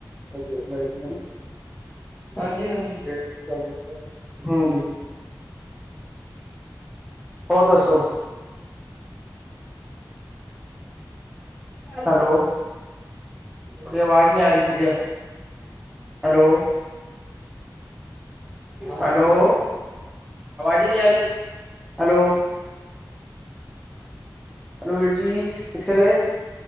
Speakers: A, in the centre; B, on the left.
A: <unintelligible>
B: ਹਾਂਜੀ-ਹਾਂਜੀ
A: ਹੂੰ। ਹੋਰ ਦੱਸੋ। ਹੈਲੋ। ਉਹਦੀ ਵਾਜ ਨੀ ਆਰੀ ਕਲੀਅਰ। Hello, hello. ਆਵਾਜ਼ ਈ ਨੀ ਆਰੀ, ਹੈਲੋ।
B: ਹ <inaudible>
A: ਹੈਲੋ ਵੀਰ ਜੀ ਕਿੱਥੇ ਗਏ?